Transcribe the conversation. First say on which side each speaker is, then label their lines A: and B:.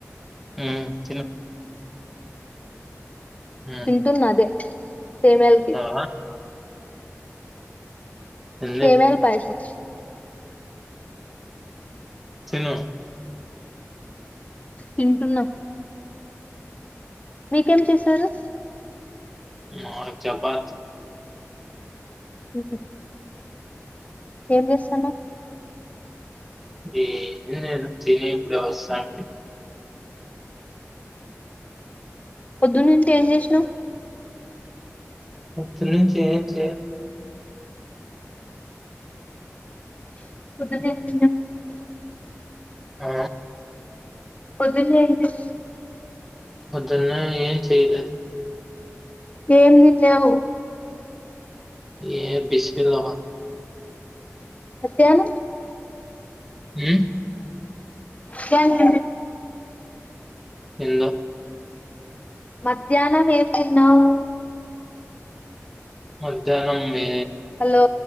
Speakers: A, in the centre; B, on the left (about 30°).
A: హ్మ్ తిను ఉమ్
B: తింటున్న అదే సేమ్యాల ఖీర్
A: ఆ ఏంది
B: సేమ్యాలు పాయసం
A: తిను
B: తింటున్నా మీకేం చేశారు
A: మా చపాత్
B: ఉ ఏం చేస్తానావ్
A: ఏందొ నేను తినేప్పుడే వస్తాంటి
B: పొద్దున్నుంచి ఏం చేసినావ్
A: పొద్దున్నుంచి ఏం చే
B: <unintelligible>
A: ఆ
B: పొద్దు చేను <inaudible>
A: పొద్దున్నే ఏం చెయ్ లేదు
B: ఏం తిన్యావు
A: ఏ బిస్మిల్లా బాత్
B: మధ్యానం
A: మ్మ్
B: కంది
A: ఎందొ
B: మద్ ధ్యానం ఏం తిన్నావు
A: మధ్యానం నే
B: హలో